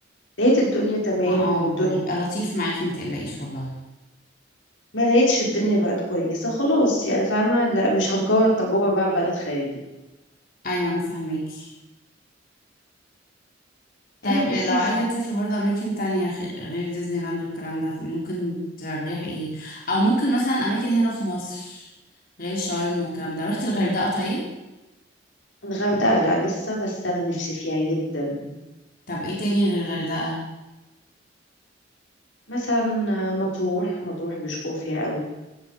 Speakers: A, on the left; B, on the left.
A: لقيت الدنيا تمام
B: ما اه
A: والدنيا
B: هيبقى لطيف معاكي ما تقلقيش والله
A: ما لقيتش الدنيا بقت كويسة خلاص يعني فاهمة لا مش هنكرر التجربة بقى في بلد خارجي
B: أيوة أنا فاهماكي طيب
A: يعني بصي
B: لو عايزة
A: في
B: تسافري برضه أماكن تانية خ- غير ديزني لاند والكلام ده ممكن ترجحي ايه؟ أو ممكن مثلا أماكن هنا في مصر غير شرم والكلام ده رحتي الغردقة طيب؟
A: الغردقة لا لسه بس أنا نفسي فيها جدا
B: طب ايه تاني غير الغردقة
A: مثلا آه، مطروح مطروح بيشكروا فيها قوي